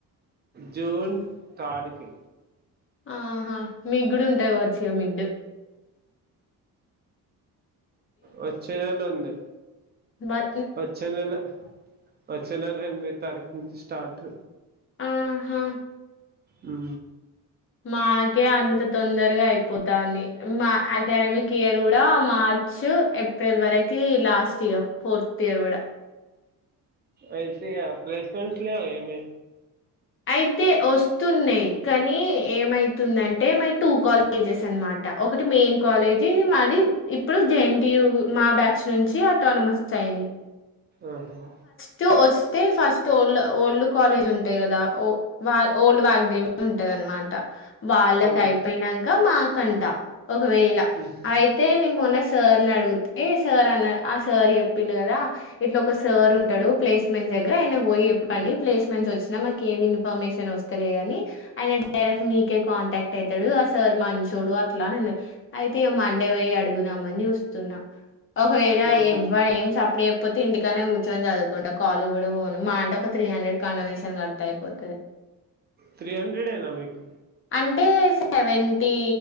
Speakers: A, on the right; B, on the left.
A: జూన్ థర్డ్ కి
B: ఆహా మీగుడాఉంటది కావచ్చు ఇగ మిడ్
A: వచ్చే నెల ఉంది
B: మ
A: వచ్చే నెల వచ్చే నెల ఎనిమిది తారీఖు నుంచి స్టార్ట్
B: ఆ హా
A: ఉ
B: మాకే అంత తొందరగా అయిపోతంది మా అకాడమిక్ ఇయర్ కూడా మా చ్చు ఏప్రిల్ వరకి లాస్ట్ ఇయర్ ఫోర్త్ ఇయర్ కూడా
A: అయితే ఇగా ప్లేస్మెంట్స్ లేవా ఏమి
B: అయితే వస్తున్నాయ్ కానీ ఏమైతుందంటే మై టూ కాల్ కాలజెస్ అనమాట ఒకటి మెయిన్ కాలేజీ మాది ఇప్పుడు జెయెన్టియు మా బ్యా చునుంచి ఆటనామస్ అయింది
A: ఆహా
B: టు వస్తే ఫస్ట్ ఓల్డ్ ఓల్డ్ కాలేజ్ ఉంటాయి కదా ఓ వాల్ ఓల్డ్ వాగ్దేవి ఉంటాదనమాట వాళ్ళకి
A: ఆ,
B: అయిపోయినంక్ కా మాకంటా ఒకవేళ
A: ఉహు.
B: అయి తే నేను మొన్న సార్ని అడిగుతే సార్ అన్న ఆ సార్ చెప్పిండు కదా ఇట్లా ఒక సార్ ఉంటాడు ప్లేస్మెంట్స్ దగ్గర ఆయన పోయి చెప్పండి ప్లేస్మెంట్స్ వచ్చినా మా కేమి ఇన్ఫర్మేషన్ వస్తలేదని ఆయన డైరెక్ట్ మీకే కాంటాక్ట్ అయితాడు ఆ సార్ మంచోడు అట్లా అన్నాడు. అయితే ఇగ మండే పోయ్యి అడుగుదామని చూస్త్ స్తున్నా ఒకవేళ
A: మాకు
B: ఎబ్బ ఏమ్స్ అప్పుడే అయిపోతే ఇంటికన్నే కు చొని చదువుకుంటా కాలేజ్ కూడా పోను మా అంటే త్రి హండ్రెడ్ కండొనేషన్ కట్ తే అయిపోతది
A: త్రీ హండ్రెడేనా మీకు
B: అంటే సెవెంటీ